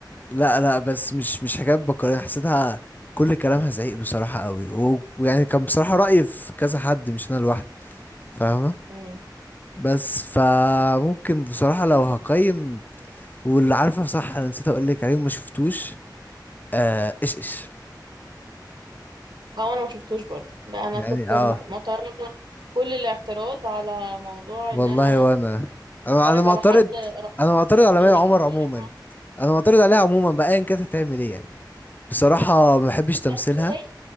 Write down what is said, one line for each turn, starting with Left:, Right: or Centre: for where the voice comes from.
Left: لا لا بس مش مش حكاية بكرة حسيتها كل كلامها زعيق بصراحة قوي و- ويعني كان بصراحة رأيي في كذا حد مش أنا لوحدي فاهمة
Right: امم
Left: بس فممكن بصراحة لو هقيم واللي عارفة صح أنا نسيت أقول لك عليه وما شفتوش آه إيش إيش
Right: هو انا ما شفتوش برضه لا انا
Left: يعني
Right: كنت
Left: اه
Right: م- معترضة كل الاعتراض على موضوع
Left: والله
Right: ان انا
Left: وانا انا
Right: اتفرج
Left: انا معترض
Right: على حد رقاصة
Left: انا معترض على
Right: يعني
Left: مي عمر
Right: ايه
Left: عموما
Right: يا جماعة
Left: انا معترض عليها عموما بقى ايا كانت هتعمل ايه يعني بصراحه ما بحبش تمثيلها
Right: بس هي